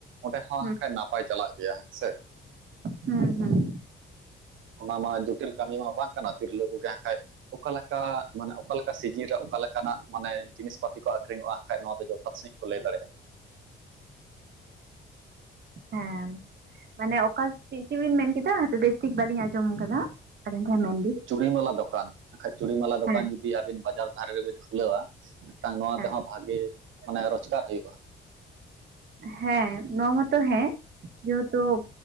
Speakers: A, on the right; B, on the right.
A: ᱚᱸᱰᱮ ᱦᱚᱸ
B: ᱦᱩᱸ
A: ᱦᱟᱸᱜ ᱠᱷᱟᱡ ᱱᱟᱯᱟᱭ ᱪᱟᱞᱟᱜ ᱜᱮᱭᱟ ᱦᱮᱸ ᱥᱮ?
B: ᱦᱩᱸ ᱦᱩᱸ,
A: ᱚᱱᱟ ᱢᱟ ᱡᱚᱴᱤᱞ ᱠᱟᱹᱢᱤ ᱢᱟ ᱵᱟᱝ ᱠᱟᱱᱟ ᱛᱤᱨᱞᱟᱹ ᱠᱚ ᱜᱮ ᱦᱟᱸᱜ ᱠᱷᱟᱡ ᱚᱠᱟ ᱞᱮᱠᱟ, ᱢᱟᱱᱮ ᱚᱠᱟ ᱞᱮᱠᱟ ᱥᱤᱡᱤᱱ ᱨᱮ ᱚᱠᱟ ᱞᱮᱠᱟᱱᱟᱜ ᱢᱟᱱᱮ ᱡᱤᱱᱤᱥ ᱯᱟᱹᱛᱤ ᱠᱚ ᱟᱠᱷᱨᱤᱧᱚᱜᱼᱟ ᱾ ᱠᱷᱟᱡ ᱱᱚᱣᱟ ᱫᱚ ᱡᱚᱛᱷᱟᱛ ᱥᱟᱺᱦᱤᱡ ᱠᱚ ᱞᱟᱹᱭᱫᱟᱲᱮᱜᱼᱟ ᱾
B: ᱦᱮᱸ, ᱢᱟᱱᱮ ᱚᱠᱟ ᱪᱮᱫ ᱪᱩᱵᱤᱱ ᱢᱮᱱ ᱠᱮᱫᱟ ᱵᱮᱥᱴᱷᱤᱠ ᱵᱟᱹᱞᱤᱧ ᱟᱸᱡᱚᱢ ᱠᱟᱫᱟ ᱾ <inaudible>
A: ᱪᱩᱲᱤ ᱢᱟᱞᱟ ᱫᱚᱠᱟᱱ ᱦᱟᱸᱜ ᱠᱷᱟᱡ ᱪᱩᱲᱤ ᱢᱟᱞᱟ ᱫᱚᱠᱟᱱ
B: ᱦᱮᱸ
A: ᱡᱩᱫᱤ ᱟᱹᱵᱤᱱ ᱵᱟᱡᱟᱨ ᱫᱷᱟᱨᱮ ᱨᱮ ᱵᱤᱱ ᱠᱷᱩᱞᱟᱹᱣᱟ ᱢᱮᱫᱴᱟᱝ ᱱᱚᱣᱟ
B: ᱦᱮᱸ
A: ᱛᱮ ᱦᱚᱸ ᱵᱷᱟᱜᱮ ᱢᱟᱱᱮ ᱨᱚᱡᱽᱠᱟᱨ ᱦᱳᱭᱳᱜᱼᱟ ᱾
B: ᱦᱮᱸ, ᱱᱚᱣᱟ ᱢᱟᱛᱚ ᱦᱮᱸ ᱡᱷᱚᱛᱚ